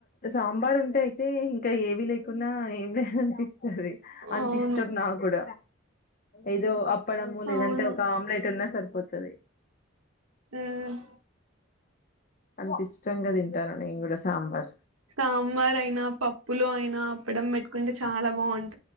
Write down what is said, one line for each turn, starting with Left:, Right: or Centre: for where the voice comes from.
Left: సాంబార్ ఉంటే అయితే ఇంక ఏవి లేకున్నా ఎం అనిపిస్తది అంత
Right: అవును
Left: ఇష్టం నా కూడ ఏదో అ తప్పడము లేదంటే
Right: అవును
Left: ఒక ఆమ్లెట్ ఉన్నా సరిపోతది
Right: హ్మ్
Left: అంత ఇష్టంగా తింటాను నేను కూడ సాంబర్
Right: సాంబార్ అయినా పప్పులో అయినా అప్పడం పెట్టుకుంటే చాల బాన్